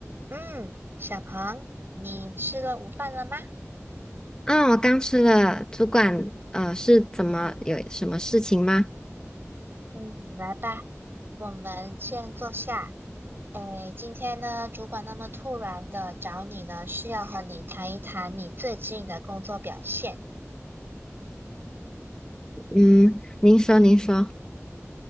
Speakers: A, on the right (about 45°); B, on the left (about 15°).
A: 嗯，小鹏，你吃了午饭了吗？
B: 嗯，我刚吃了，主管，呃，是怎么有什么事情吗？
A: 嗯，来吧，我们先坐下。诶，今天呢，主管那么突然的找你呢，是要和你谈一谈你最近的工作表现。
B: 嗯，您说，您说。